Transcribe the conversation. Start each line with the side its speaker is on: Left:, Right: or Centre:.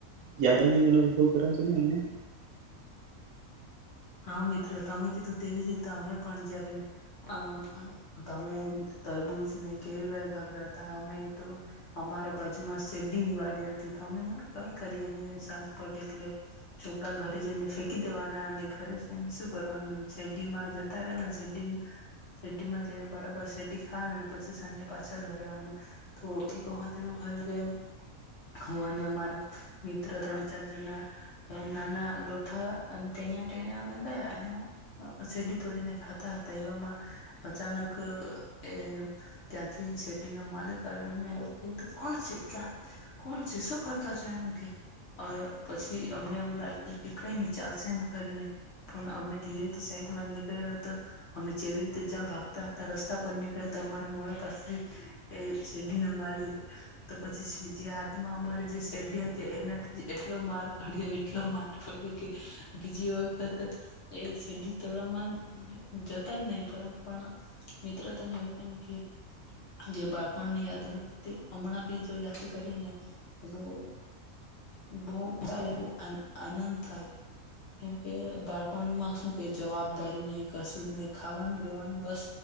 Right: યાદાની અનુભવ કરાવજોની અમને.
Left: હા મિત્ર, તમે કીધું તેવી જ રીતે અમે પણ જયારે અ તમે તરબૂચને કેવી લઈ ભાગતા તા અમે તો અમારા બા જુમાં શેરડી ની વાળી હતી તો અમે કઈ કરીએ ની અને સાંજ પડે એટલે ચોપડા ઘરે જઈને ફેંકી દેવાના અને ઘરે જઈને શું કરવાનું શેરડીમાં જતા રહેવા શેરડી શેરડીમાં જઈને બરાબર શેરડી ખાવાનું પછી સાંજે પાછા ઘરે આવવાનું તો એક વખત એવું થયું કે હું અને મારુ મિત્ર ત્રણ ચાર જણા નાના લોઠા અન ટેનીંયા તેને અમે ગયા અને શેરડી તોડીને ખાતા હતા એવામાં અચાનક એ ત્યાંથી શેરડીનો માલિક આવ્યો ને એવું કેય તું કોણ છે, ક્યાં કોણ છે? શું કરતા છે? એમ કેય પછી અમને એવું લાગ્યું કે કઈ ની ચાલશે એમ કરીને પણ અમે ધીરેથી સાઈડ નીકળ્યો તો અમે જેવી રીતે જ્યાં ભાગતા હતા રસ્તા પર નીકળ્યા તો અમારા મોડા પાસે એ શેરડીને માલ તો પછી જે હાથમાં અમારી જે શેરડી હતી એનાથી એટલો માર પડ્યો એટલો માર પડ્યો કે બીજી વખત એ શેરડી તોડવામાં જતા જ નહીં પણ મિત્ર તને એવું કેમ કે જે બાળપણની યાદ હતી તે હમણાં બી જો યાદ કરી ને તો બહુ બો બ આનંદ થાય. કેમ કે બાળપણમાં શું કઈ જવાબદારી નહીં કશું જ નહીં ખાવાનું, રેવાનું, બસ